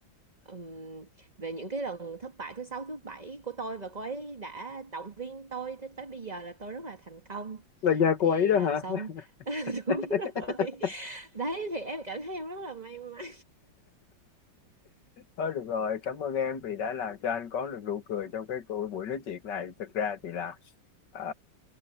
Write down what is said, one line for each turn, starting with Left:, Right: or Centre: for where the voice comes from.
Right: Ừm, về những cái lần thất bại thứ sáu thứ bảy của tôi và cô ấy đã động viên tôi tới, tới bây giờ là tôi rất là thành công
Left: là nhà
Right: thì
Left: cô ấy đó
Right: à,
Left: hả
Right: sau <laughs>
Left: <laughs>
Right: đúng rồi đấy thì em cảm thấy em rất là may mắn
Left: Thôi được rồi, cảm ơn em vì đã làm cho anh có được nụ cười trong cái cuộc buổi nói chuyện này. Thực ra thì là ờ,